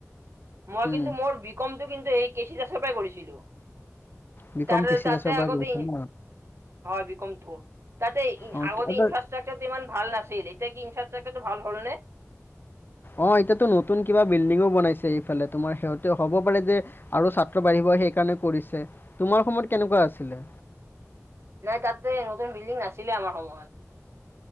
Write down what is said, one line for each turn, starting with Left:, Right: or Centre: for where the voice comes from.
Right: মই
Left: উম
Right: কিন্তু মোৰ বি কমটো কিন্তু এই কে চি দাসৰ পৰাই কৰিছিলোঁ।
Left: বি কম
Right: তাৰ
Left: কে চি
Right: তাতে
Left: দাসৰ পৰা
Right: আগতে
Left: কৰিছো
Right: ই
Left: ন
Right: হয় বি কমটো, তাতে আগতে
Left: অ কি- আচ্ছা-
Right: ইনফ্ৰাষ্ট্ৰাকচাৰটো ইমান ভাল নাছ তেল এতিয়া তিন শ টকাটো ভাল হ'ল নে?
Left: অ এতিয়াতো নতুন কিবা বিল্ডিংও বনাইছে এইফালে, তোমাৰ সিহতে হ'ব পাৰে যে আৰু ছাত্ৰ বাঢ়িব সেইকাৰণে কৰিছে, তোমাৰ সময়ত কেনকুৱা আছিলে?
Right: নাই তাতে নতুন বিল্ডিং নাছিলে আমাৰ সময়ত।